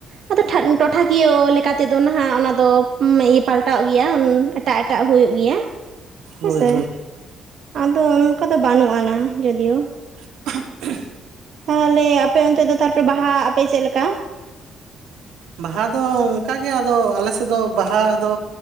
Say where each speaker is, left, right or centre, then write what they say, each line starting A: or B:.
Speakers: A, on the right; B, on the right.
A: ᱟᱫᱚ ᱴᱷᱟ ᱴᱚᱴᱷᱟᱠᱤᱭᱟᱹ ᱞᱮᱠᱟᱛᱮᱫᱚ ᱱᱟᱦᱟᱜ ᱚᱱᱟ ᱫᱚ ᱯᱟᱞᱴᱟᱣ ᱜᱮᱭᱟ ᱮᱴᱟᱜ ᱮᱴᱟᱜ ᱮᱴᱟᱜ ᱦᱩᱭᱩᱜ ᱜᱮᱭᱟ᱾ ᱦᱮᱸᱥᱮ
B: ᱦᱳᱭ ᱦᱳᱭ᱾
A: ᱟᱫᱚ ᱚᱱᱠᱟ ᱫᱚ ᱵᱟᱹᱱᱩᱜ-ᱟᱱᱟ ᱡᱳᱫᱤᱭᱳ᱾
B: <unintelligible>
A: ᱛᱟᱦᱚᱞᱮ ᱟᱯᱮ ᱚᱱᱛᱮ ᱫᱚ ᱛᱟᱨᱯᱚᱨᱮ ᱵᱟᱦᱟᱜ ᱟᱯᱮ ᱪᱮᱫᱮ ᱞᱮᱠᱟ?
B: ᱵᱟᱦᱟ ᱫᱚ ᱚᱱᱠᱟᱜᱮ ᱟᱫᱚ ᱟᱞᱮ ᱥᱮᱫ ᱫᱚ ᱵᱟᱦᱟ ᱫᱚ